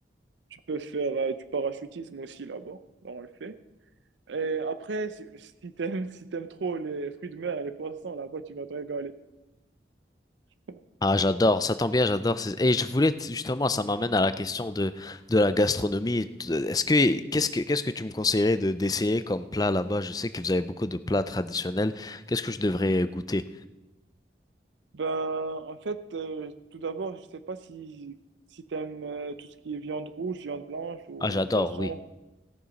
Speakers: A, on the right; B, on the left.
A: tu peux faire euh, du parachutisme aussi là-bas, là on le fait. Et après, si, si t'aimes, si t'aimes trop les fruits de mer et les poissons, là-bas, tu vas te régaler. <laughs>
B: Ah, j'adore, ça tombe bien, j'adore. ces- Et je voulais t- justement, ça m'amène à la question de de la gastronomie. T- Est-ce que qu'est-ce que qu'est-ce que tu me conseillerais de d'essayer comme plat là-bas? Je sais que vous avez beaucoup de plats traditionnels. Qu'est-ce que je devrais goûter?
A: Ben, en fait, euh, tout d'abord, je sais pas si, si t'aimes euh, tout ce qui est viande rouge, viande blanche ou
B: Ah, j'adore,
A: poisson.
B: oui.